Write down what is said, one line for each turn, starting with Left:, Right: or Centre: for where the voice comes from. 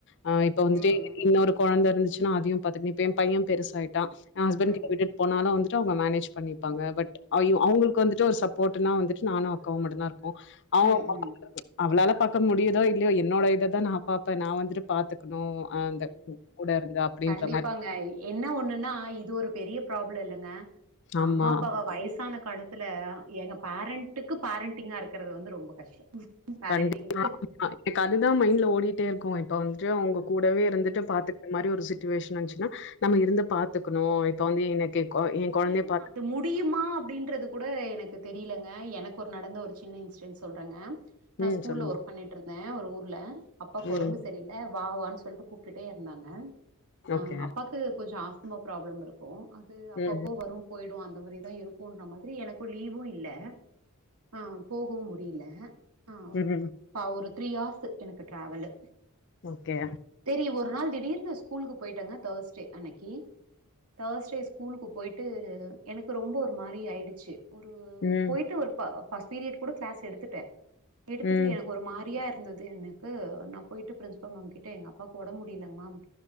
Left: ஆ இப்ப வந்துட்டு
Right: ம் ம்
Left: இன்னோரு கொழந்த இருந்துச்சுனா அதயு பாத்துக்கோ இப்ப எ பைய பெருசா ஆய்ட்டா எ ஹஸ்பெண்டு
Right: ம்
Left: கிட்ட விட்டுட்டு போனாலு வந்துட்டு அவுங்க மேனேஜ் பண்ணி ப்பாங்க பட்
Right: ம்
Left: அவுங்களுக்கு வந்துட்டு ஒரு சப்போட்னா வந்துட்டு நானு அக்காவு மட்டுந்தா இரு அவ
Right: ம் ம்
Left: அவளால பாக்க முடியுதோ இல்லையோ என்னோட இததா நா பாப்பே நா வந்துட்டு பாத்துக்கணு அந்த
Right: ம்
Left: கூட இருந்தா அப்டின்ற
Right: கண்டிப்பாங்க
Left: மாரி
Right: என்ன ஒன்னுன்னா இது ஒரு பெரிய ப்ராப்ள இல்லங்க
Left: ஆமா.
Right: அம்மா அப்பாவ வயசான காலத்து இதுல எங்க பேரண்ட்டுக்கு பேரண்டிங்கா இருக்குறது வந்து ரொம்ப கஷ்டோ பேரண்டிங்க்கு
Left: கண்டிப்பா எனக்கு அதுதா மைண்ட்ல ஓடிட்டே இருக்கு இப்ப வந்துட்டு அவுங்க கூடவே இருந்துட்டு பாத்துட் டு இந்த மாரி ஒரு சிட்டு வேஷன் வந்துச்சுன்னா நம்ம இருந்து பாத்துக்கணு இப்ப வந்து எனக்கு கொ என் குழந்தைய
Right: இல்லங்க
Left: பாத்துக்க
Right: அது முடியுமா அப்டின்றது கூட எனக்கு தெரியிலங்க எனக்கு ஒரு நடந்த ஒரு சின்ன இன்சிடென்ட் சொல்றங்க நான்
Left: ம்.
Right: ஸ்கூல்ல
Left: சொல்லுங்க.
Right: ஒர்க் பண்ணிட் டிற்ந்தே ஒரு ஊர்ல அப்பாக்கு
Left: ம்.
Right: ஒடம்பு சரியில்ல வாவான் சொல்ட்டு கூப்டுடே இருந்தாங்க ஆ
Left: ஓகே.
Right: அப்பாக்கு கொஞ்சோ ஆஸ்துமா ப்ராப்ளம் இருக்கு அது அப்
Left: ம்.
Right: ப வரும் போயிடும் அந்த மாதிரிதான் இருக்கும்ன்ற மாதிரி எனக்கு லீவும் இல்ல ஆ போகவு முடியல ஆ
Left: உம்
Right: பா ஒரு த்ரீ ஹார்ஸ் எனக்கு டிராவலு
Left: ஓக்கே
Right: தேரி ஒரு நாள் திடீர்னு ஸ்கூலுக்கு போயிட்டங்க தேர்ஸ்டே அன்னைக்கி தேர்ஸ்டே ஸ்கூலுகுப் போயிட்டு எனக்கு ரொம்ப ஒரு மாரி ஆயிடுச்சு ஒரு
Left: ம்.
Right: போயிட்டு ஒரு பர்ஸ்ட் பீரியட் கூட கிளாஸ் எடுத்துட்டேன எடுத்துட்டு
Left: ம்.
Right: எனக் ஒரு மாரியா இருந்தது எனக்கு நா போயிட்டு பிரின்சபல் மேம் கிட்ட அப்பாக்கு உடம்பு முடியலங் மேம்